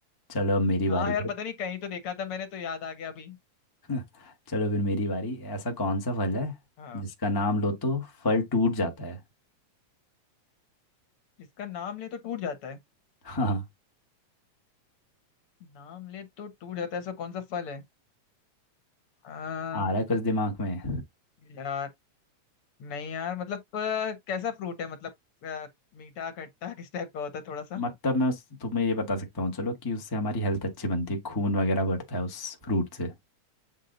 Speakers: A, on the left; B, on the left.
A: चलो अब मेरी
B: हाँ
A: बारी
B: यार
A: फिर
B: पता नहीं कहीं तो देखा था मैंने तो याद आ गया अभी
A: <laughs> चलो फिर मेरी बारी ऐसा कौन सा फल है
B: हाँ
A: जिसका नाम लो तो फल टूट जाता है <laughs>
B: जिसका नाम ले तो टूट जाता है
A: हाँ
B: नाम ले तो टूट जाता है ऐसा कौन सा फल है आ,
A: आ रहा है कुछ दिमाग में
B: यार नहीं यार मतलब अ, कैसा फ्रूट है मतलब अ, मीठा खट्टा किस टाइप का होता है थोड़ा सा
A: मतलब मैं उस तुम्हें ये बता सकता हूँ चलो कि उससे हमारी हेल्थ अच्छी बनती है खून वगैरह बढ़ता है उस फ्रूट से